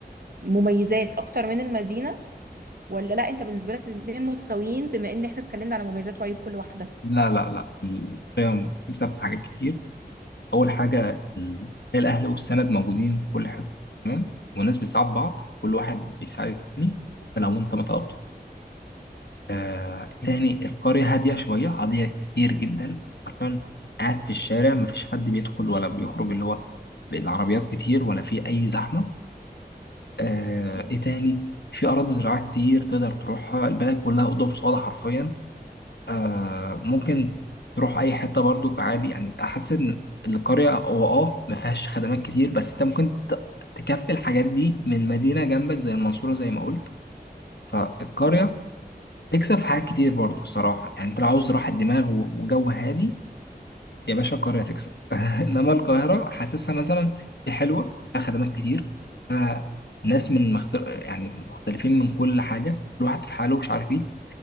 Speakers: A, on the right (about 60°); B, on the left (about 80°).
A: مميزات اكتر من المدينة ولا لا انت بالنسبة لك الاتنين متساويين بما ان احنا اتكلمنا على مميزات وعيوب كل واحدة
B: لا لا لا القيم بتكسب في حاجات كتير أول حاجة ال- الأهل والسند موجودين في كل حتة تمام والناس بتساعد بعض كل واحد بيساعد التاني حتى لو أنت ما طلبتش آه تاني القرية هادية شوية هادية كتير جدا عارفين قاعد في الشارع مفيش حد بيدخل ولا بيخرج اللي هو بالعربيات كتير ولا في أي زحمة آه
A: مم.
B: إيه تاني في أراضي زراعية كتير تقدر تروحها البلد كلها أوضة وصالة حرفيا آه ممكن تروح اي حته برضو عادي يعني احس ان القريه هو اه ما فيهاش خدمات كتير بس انت ممكن ت- تكفي الحاجات دي من مدينه جنبك زي المنصوره زي ما قلت فالقريه
A: مم.
B: تكسب في حاجات كتير برضو الصراحه يعني انت لو عاوز راحه دماغ و- وجو هادي يا باشا القريه تكسب <laughs> انما القاهره حاسسها مثلا هي حلوه فيها خدمات كتير فيها ناس من مختل... يعني مختلفين من كل حاجه الواحد في حاله مش عارف ايه